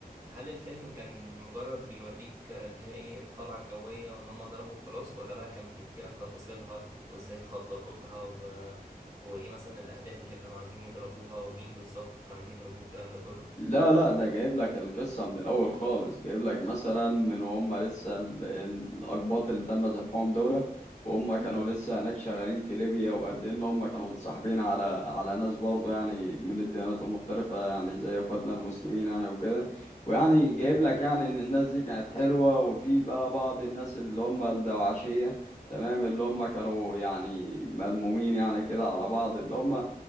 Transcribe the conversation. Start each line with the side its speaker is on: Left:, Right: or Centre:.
Right: هل الفيلم كان مجرد بيوريك آه، اللي هي ايه الطلعه الجويه وان هم ضربوا خلاص ولا بقى كان بيحكي لك تفاصيلها وازاي خططوا لها و... وايه مثلا الاهداف اللي كانوا عايزين يضربوها ومين بالظبط كانوا عايزين يضربوه الكلام ده كله
Left: لا لا ده جايب لك القصة من الأول خالص جايب لك مثلا من وهم لسه ال- الأقباط اللي تم ذبحهم دول وهم كانوا
Right: اه
Left: لسه هناك شغالين في ليبيا وقد إيه إن هم كانوا متصاحبين على على ناس برضه يعني من الديانات المختلفة يعني زي إخواتنا المسلمين يعني وكده ويعني جايب
Right: مم.
Left: لك يعني إن الناس دي كانت حلوة وفي بقى بعض الناس اللي هم الدواعشية تمام اللي هم كانوا يعني ملمومين يعني كده على بعض اللي هم